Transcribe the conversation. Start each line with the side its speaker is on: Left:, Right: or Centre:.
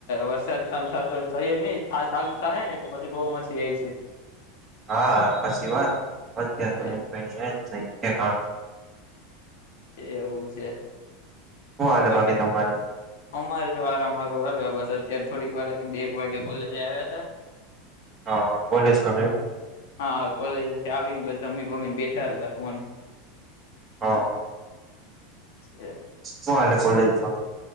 Left: વરસાદ થાલ થ તો થયો નહી થાલુ થાહે ને તો પછી બહુ માછી આવી છે.
Right: હા પછી વાત અતાર
Left: છે
Right: તો એ કઈ એજ નહી છે પણ.
Left: એવું છે.
Right: હું હાલે
Left: વરસાદ
Right: બાકી તમારે?
Left: અમારે જો આરામ વારું આવ્યા બસ અત્યારે થોડીક વાર લી બે એક વાગે કોલેજ આવ્યા હતા.
Right: હ કોલેજ કરે એમ!
Left: હા કોલેજ આવીને જમી બમીને બેઠા હતા ફોન
Right: હા
Left: એ
Right: શું હાલે કોલેજમાં?